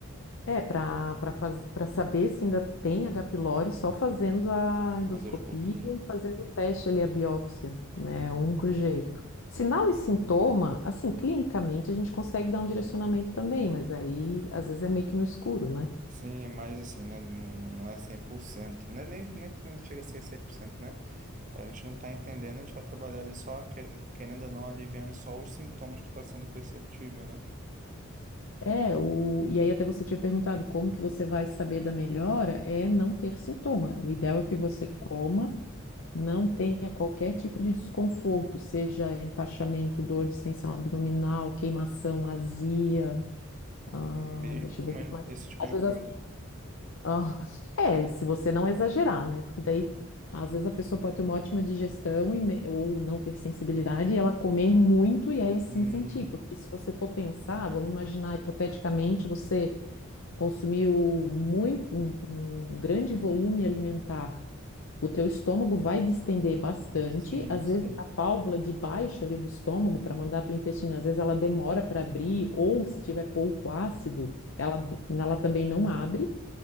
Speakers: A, on the left (about 65°); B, on the right (about 35°).
A: É, para para faz... para saber se ainda tem H. pylori, só fazendo a endoscopia
B: Endoscopia.
A: e fazendo o teste ali, a biópsia, né?
B: Uhum.
A: É o único jeito. Sinal e sintoma, assim, clinicamente a gente consegue dar um direcionamento também, mas aí às vezes é meio que no escuro, né?
B: Sim, é mais assim, né? Não, não não é 100%. Não é nem, nem que não chega a ser 100% né? A gente não está entendendo, a gente vai trabalhar ali só, que- querendo ou não, aliviando só os sintomas que está sendo perceptível, né?
A: É, o... e aí até você tinha perguntado como que você vai saber da melhora, é não ter sintoma. O ideal é que você coma, não tenha qualquer tipo de desconforto, seja empachamento, dor, distensão abdominal, queimação, azia, Ah,
B: Mesmo
A: deixa
B: comendo
A: eu ver o que mais.
B: esse tipo
A: Às
B: de
A: vezes,
B: coisa.
A: as- ah, é, se você não exagerar, né? Porque daí, às vezes, a pessoa pode ter uma ótima digestão e me- ou não ter sensibilidade e ela comer muito e aí sim
B: Hum,
A: sentir. Porque se você for pensar, vamos imaginar hipoteticamente, você consumiu muito, um, um grande volume alimentar o teu estômago vai distender bastante,
B: sim,
A: às
B: sim.
A: vezes a válvula de baixo ali do estômago para mandar para o intestino, às vezes ela demora para abrir, ou se tiver pouco ácido, ela, ela também não abre.